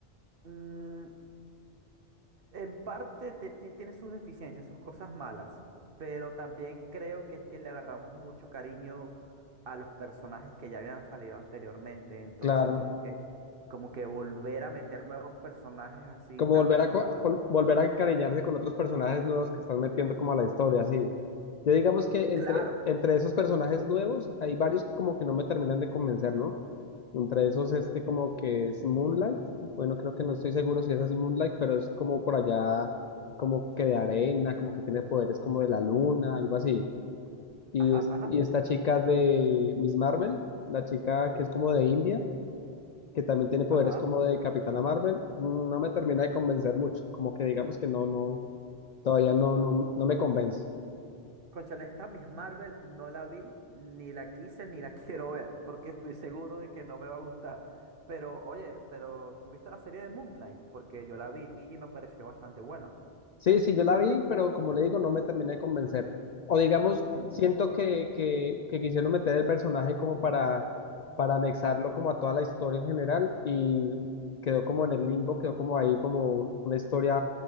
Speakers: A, on the right (about 60°); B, on the left (about 55°).
A: mm, en parte te- ti- tiene sus deficiencias, sus cosas malas, pero también creo que es que le agarramos mucho cariño a los personajes que ya habían salido anteriormente, entonces
B: claro.
A: como que, como que volver a meter nuevos personajes así
B: Como
A: tan
B: volver a,
A: de
B: co-
A: una manera.
B: vol- volver a encariñarse con otros personajes nuevos que están metiendo como a la historia, sí. Yo digamos que
A: Claro,
B: entre, entre esos personajes nuevos hay varios que como que no me terminan de convencer, ¿no? Entre esos, este como que es Moonlight. Bueno, creo que no estoy seguro si es así Moonlight, pero es como por allá, como que de arena, como que tiene poderes como de la luna, algo así. Y,
A: ajá,
B: es,
A: ajá.
B: y esta chica de Miss Marvel, la chica que es como de India, que también tiene poderes
A: Ajá.
B: como de Capitana Marvel, no me termina de convencer mucho. Como que digamos que no, no, todavía no, no, no me convence.
A: Cónchale, esta Miss Marvel no la vi, ni la quise, ni la <laughs> quiero ver, porque estoy seguro de que no me va a gustar. Pero, oye, pero ¿tú viste la serie de Moonlight? Porque yo la vi y me pareció bastante buena.
B: Sí, sí, yo la vi, pero como le digo, no me terminé de convencer. O digamos,
A: Mm,
B: siento que, que, que quisieron meter el personaje como para, para anexarlo como a toda la historia en general y quedó como en el limbo, quedó como ahí como un- una historia